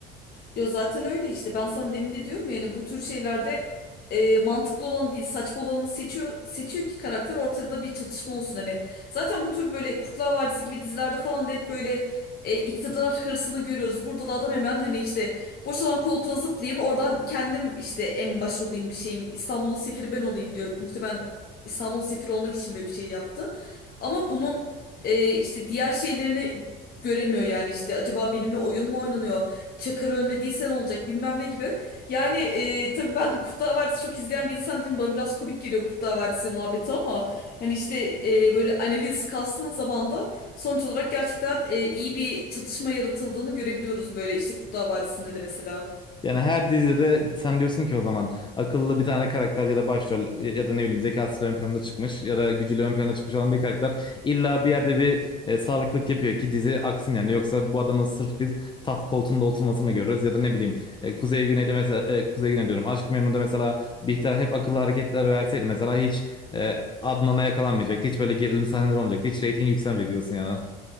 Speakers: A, on the left; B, on the left.
A: Ya zaten öyle işte ben sana demin de diyorum ya, yani bu tür şeylerde e, mantıklı olan değil saçma olanı seçiyor seçiyor ki karakter ortada bir çatışma olsun hani. Zaten bu tür böyle Kurtlar Vadisi gibi dizilerde falan da hep böyle e, iktidar hırsını görüyoruz. Burada da adam hemen hani işte boşalan koltuğa zıplayayım oradan kendim işte en baş olayım bir şeyim İstanbul'un sefiri ben olayım diyor. Muhtemelen İstanbul'un sefiri olmak için böyle bir şey yaptı. Ama bunun e, işte diğer şeylerini göremiyor yani işte acaba benimle oyun mu oynanıyor? Çakar ölmediysen olacak bilmem ne gibi. Yani e, tabii ben Kurtlar Vadisi çok izleyen bir insan değilim. Bana biraz komik geliyor Kurtlar Vadisi muhabbeti ama hani işte e, böyle analiz kastığın zaman da sonuç olarak gerçekten e, iyi bir çatışma yaratıldığını görebiliyoruz böyle işte Kurtlar Vadisi'nde de mesela.
B: Yani her dizide sen diyorsun ki o zaman akıllı bir tane karakter ya da başrol ya ya da ne bileyim zekasıyla ön plana çıkmış ya da gücüyle ön plana çıkmış olan bir karakter illa bir yerde bir e, sağlıklık yapıyor ki dizi aksın yani. Yoksa bu adamın sırf biz tat koltuğunda oturmasını görürüz ya da ne bileyim e, Kuzey Güney'de mesela e, Kuzey Güney diyorum Aşk-ı Memnu'da mesela Bihter hep akıllı hareketler verseydi mesela hiç e, Adnan'a yakalanmayacaktı. Hiç böyle gerilim sahneleri olmayacaktı. Hiç reyting yükselmeyecekti diyorsun yani.